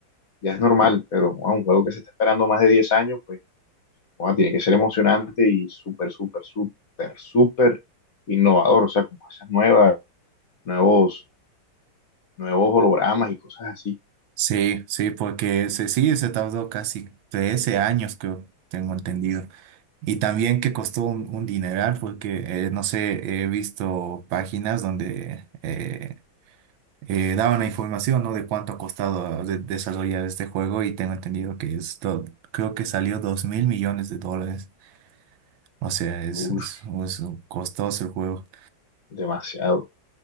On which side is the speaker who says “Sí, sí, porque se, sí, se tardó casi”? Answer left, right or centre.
Right